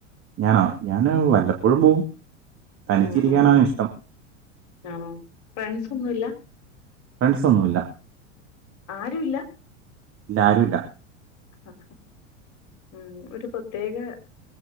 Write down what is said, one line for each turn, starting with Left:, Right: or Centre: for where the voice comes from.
Right: ഞാനോ ഞാന് വല്ലപ്പോഴും പോക്കും തനിച്ചിരിക്കാനാ
Left: ഉം ഉം
Right: ഇഷ്ടം
Left: ആണോ ഫ്രണ്ട്സ ഒന്നും ഇല്ല
Right: ഫ്രണ്ട്സ ഒന്നുമില്ല
Left: ആരും ഇല്ല
Right: ആരുല്ല
Left: ആ ഉ ഒരു പ്രത്യേക